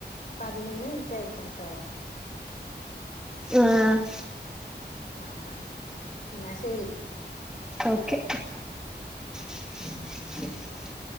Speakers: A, on the left; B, in the centre.
A: പതിനൊന്ന് മിനിറ്റ് ആയി ക്ക്ണട്ടോ
B: ആഹ്
A: ആ ആ എന്നാ ശരി
B: ഓക്കെ ച് ച്